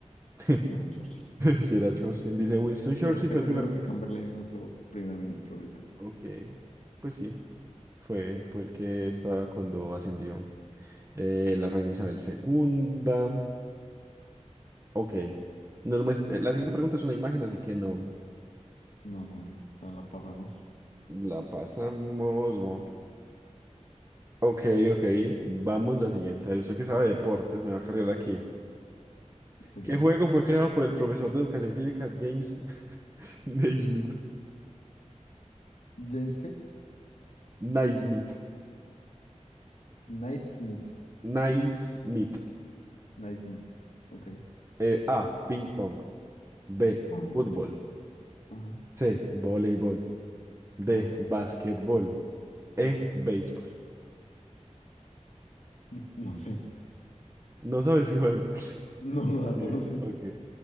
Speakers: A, on the right; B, on the left.
A: <laughs>
B: Era Churchill.
A: Si era Churchill. Dice Winston Churchill
B: Pero sé
A: fue
B: que
A: el primer
B: seguro
A: ministro.
B: que Chamberlain es otro primer ministro británico.
A: Ok, pues sí, fue, fue el que estaba cuando ascendió eh, la reina Isabel segunda Ok, nos muest- eh, la siguiente pregunta es una imagen, así que no
B: No, no, la, la pasamos.
A: la pasamos. bo- Ok, ok, vamos la siguiente. Usted que sabe de deportes, me va a cargar aquí.
B: Sí,
A: ¿Qué
B: sí.
A: juego fue creado por el profesor de educación física James <laughs> Naismith?
B: ¿James qué?
A: Naismith.
B: Knightsmith.
A: Naismith.
B: Knightsmith. Ok.
A: Eh, A. Ping pong. B.
B: Ajá,
A: Fútbol.
B: ajá,
A: C. Voleibol. D.
B: ajá,
A: Basquetbol. E.
B: ajá.
A: Béisbol.
B: <laughs> No sé.
A: No sabes cuál. <laughs>
B: No, la
A: Ok,
B: verdad no sé.
A: ok.